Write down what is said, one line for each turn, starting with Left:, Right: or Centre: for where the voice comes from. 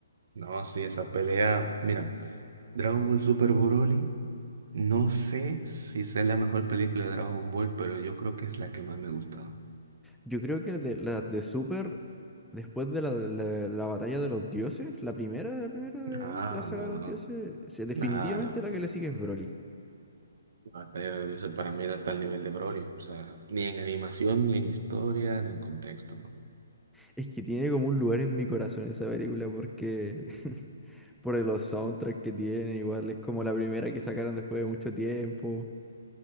Right: No, sí, esa pelea. Mira, Dragon Ball Super Broly. No sé si es la mejor película de Dragon Ball, pero yo creo que es la que más me ha gustado.
Centre: Yo creo que de las de Super, después de la, de la, de la batalla de los dioses, la primera la primera de,
Right: Ah,
Centre: de la saga
Right: no,
Centre: de los
Right: no.
Centre: dioses, se- definitivamente
Right: Nada, no.
Centre: la que le sigue es Broly.
Right: La batalla de los dioses para mí no está al nivel de Broly. O sea, ni en animación, ni en historia, ni en contexto, ¿no?
Centre: Es que tiene como un lugar en mi corazón esa película porque <laughs> por los soundtracks que tiene, igual es como la primera que sacaron después de mucho tiempo.